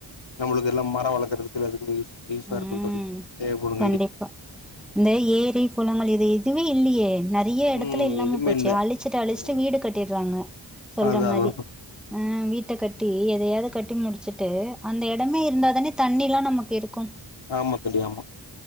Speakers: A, on the left; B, in the centre.
A: நம்மளுக்கு எல்லா மரோ வளர்க்குறதுக்கு அதுக்கு யூஸா
B: ம்
A: இருக்கு தோழி தேவப்படு
B: கண்டிப்பா இந்த ஏரி குளங்கள் இது எதுமே இல்லயே நரியா எடத்துல
A: ம்
B: இல்லாம
A: எதுமே
B: போச்சு
A: இல்ல
B: அழிச்சுட்டு அழிச்சுட்டு
A: ம்
B: வீடு கட்டியறாங்க சொல்ற
A: அதா
B: மாரி
A: அதா
B: அ வீட்ட கட்டி எதயாது கட்டி முடிச்சுட்டு அந்த எடமே இருந்த தானே தண்ணில்லா நமக்கு இருக்கு ம்
A: ஆமா தோழி ஆமா